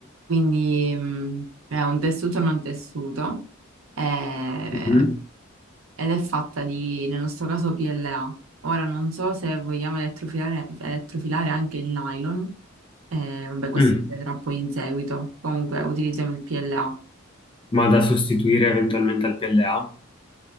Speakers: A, on the right; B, on the left.
A: Quindi mm, è un tessuto non tessuto. eh,
B: Mhm.
A: ed è fatta di, nel nostro caso, PLA. Ora non so se vogliamo elettrofilare, elettrofilare anche il nylon, eh, vabbè, questo
B: Mm.
A: si vedrà poi in seguito. Comunque utilizziamo il PLA.
B: ma da sostituire eventualmente al PLA?